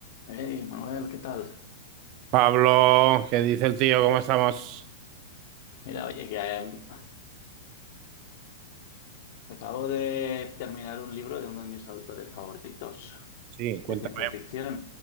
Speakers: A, on the left; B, on the right.
A: Hey, Manuel, ¿qué tal?
B: Pablo, ¿qué dice el tío? ¿Cómo estamos?
A: Mira, oye, que eh, acabo de terminar un libro de uno de mis autores favoritos
B: Sí, cuéntame.
A: de ciencia ficción,